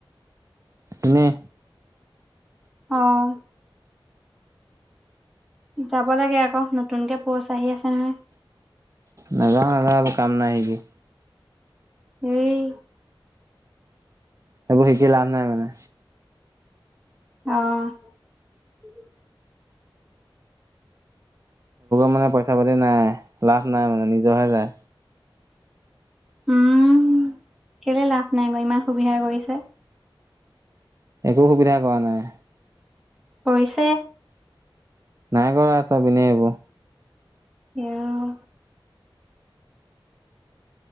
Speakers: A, on the right (about 35°); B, in the centre.
A: এনেই।
B: অ'। যাব লাগে আকৌ, নতুনকে প'ষ্ট আহি আছে নহয়।
A: নাযাও নাযাও, এইবোৰ কাম নাই ইনেই।
B: সেই।
A: সেইবোৰ শিকি লাভ নাই মানে।
B: অহ্।
A: মানে পইচা পাতি নাই, লাভ নাই মানে, নিজৰহে যায়।
B: উম, কেলে লাভ নাই বাৰু, ইমান সুবিধা কৰি দিছে।
A: একো সুবিধা কৰা নাই।
B: কৰিছে।
A: নাই কৰা, চব এনেই এইবোৰ।
B: অহ।